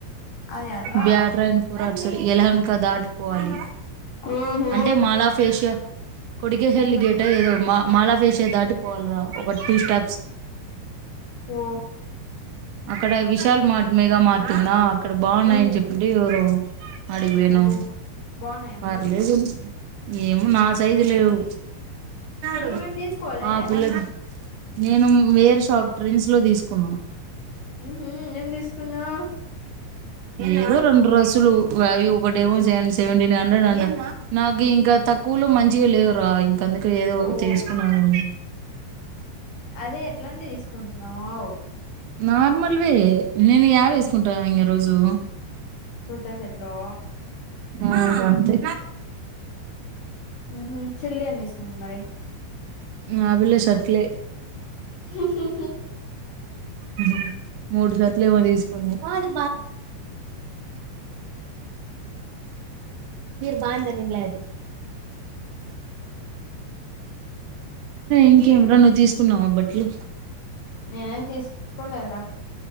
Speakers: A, on the left; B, on the right.
A: అదే అట్రా
B: బ్యాడ్ రైన్ పుర యలహంక దాటిపోవాలి
A: ఓహో
B: అంటే మాల ఆఫ్ ఏషియా కొడికేహెల్లి
A: ఉ
B: గేటా ఏదో మాల్ ఆఫ్ ఏషియా దాటి పోలరా ఒక టూ స్టార్
A: ఓ
B: అక్కడ విశాల్ మార్ట్ మెగా మార్ట్ ఉందా అక్కడ బాగున్నాయని
A: ఉ
B: చెప్పింటే ఎవరొ ఆడికి పోయినాం
A: ఓ బాగున్నాయా
B: పర్లేదు
A: మరి
B: ఏమో నా సైజు లేవు
A: మరి
B: డు
A: నువ్వేం తీసుకోలే
B: ఆ పిల్లకి నేను వేర్ షాప్ టెన్స్ లో తీసుకున్న
A: ఊహూ ఏం తీసుకున్నావ్
B: ఏదో రెండు డ్రస్సులు అవి ఒకటేమో సెవెంటీన్ హండ్రెడ్ అంట నాకు ఇంకా తక్కువలో మంచిగా లేవురా ఇంక అందుకే ఏదో
A: ఓ
B: తీసుకున్నాను
A: అదే ఎట్లాంటిది తీసుకున్నావు
B: నార్మల్వే నేను అవే వేసుకుంటన్నా రోజు
A: కుర్తా సెట్ లో
B: ఇగ అంతే
A: మ్మ్ చెల్లి ఏం చేస్తుంది మరి
B: మాములు చెట్లే
A: హ్హ్ హ్హ్ హు
B: హ మూడు షర్ట్లు ఏమో తీసుకుంది మీరు బాగుంది అని లే ఇంకేం రా నువ్వు తీసుకున్నావా బట్టలు
A: నేనేం తీసుకోలేదు రా